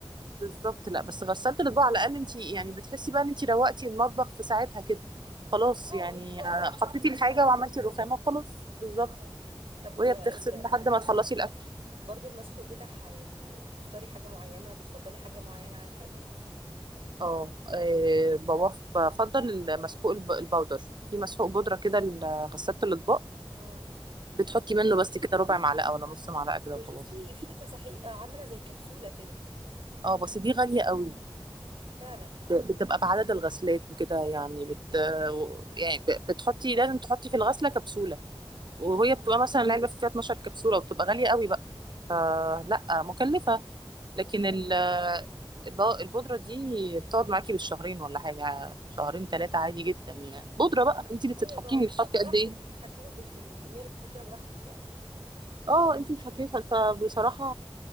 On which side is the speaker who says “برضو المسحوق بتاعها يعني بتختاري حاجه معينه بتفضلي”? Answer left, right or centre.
Right